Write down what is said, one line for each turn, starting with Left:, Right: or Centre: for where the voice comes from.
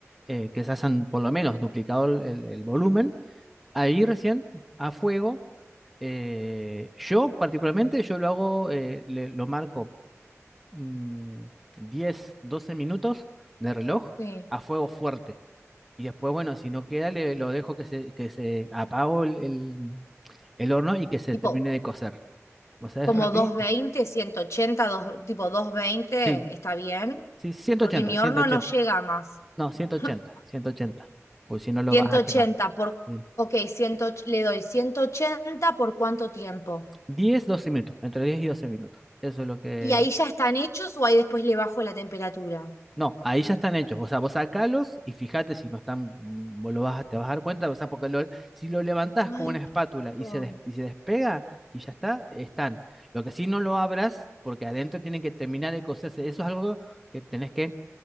Centre: eh, que se hayan por lo menos duplicado el, el- el volumen, ahí recién a fuego. eh, yo particularmente, yo lo hago, eh, le- lo marco mm, 10, 12 minutos de reloj
Left: Sí.
Centre: a fuego fuerte. Y después, bueno, si no queda, le, lo dejo que se, que se apago el, el- el horno y que se
Left: Tipo,
Centre: termine de cocer. O sea,
Left: como
Centre: es rápido.
Left: doscientos veinte, ciento ochenta, dos, tipo doscientos veinte,
Centre: Sí,
Left: ¿está bien?
Centre: sí, ciento
Left: Porque
Centre: ochenta
Left: mi
Centre: ciento
Left: horno
Centre: ochenta
Left: no llega más.
Centre: No, ciento
Left: <laughs>
Centre: ochenta ciento ochenta Pues si no lo
Left: Ciento
Centre: vas a
Left: ochenta
Centre: quemar.
Left: por,
Centre: Sí.
Left: ok, 100, le doy 180 por cuánto tiempo.
Centre: 10, 12 minutos, entre 10 y 12 minutos. Eso es lo que...
Left: ¿Y ahí ya están hechos o ahí después le bajo la temperatura?
Centre: No, ahí ya están hechos. O sea, vos sacalos y fíjate si no están, mm, vos lo vas a, te vas a dar cuenta, o sea, porque lo- si lo levantás
Left: Ay,
Centre: con una espátula
Left: qué rico.
Centre: y se, des- y se despega y ya está, están. Lo que sí no lo abras, porque adentro tienen que terminar de cocerse. Eso es algo que tenés que